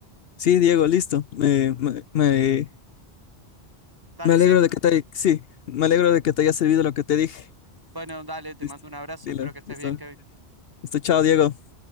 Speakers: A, on the left (about 65°); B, on the right (about 20°).
A: Sí, Diego, listo. Me, me, me,
B: Dale,
A: me alegro
B: sí.
A: de que te, sí, me alegro de que te haya servido lo que te dije.
B: Bueno, dale, te
A: Listo,
B: mando un abrazo,
A: dilo,
B: espero que estés
A: listo.
B: bien, Kevin.
A: Listo, chao, Diego.